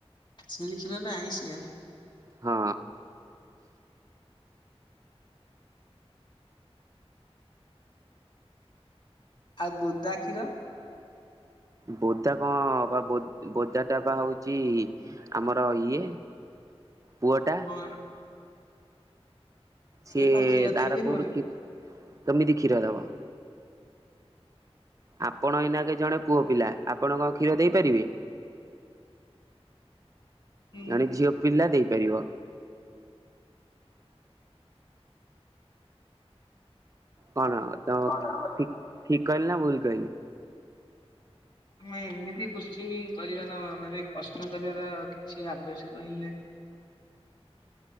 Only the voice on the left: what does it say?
ଛେଳି କ୍ଷୀର ଟା ଆଁସିଆ।
ଆଉ ବୁଦା କ୍ଷୀର?
କଣ
କଣ କ୍ଷୀର
ଦେଇପାରିବନି
କି
କଣ
ମ ଏମିତି କରୁଚ କରାର ମାନେ କଷ୍ଟ କରିବାର କିଛି ଆବଶ୍ୟକ ହିଁ ନାହିଁ।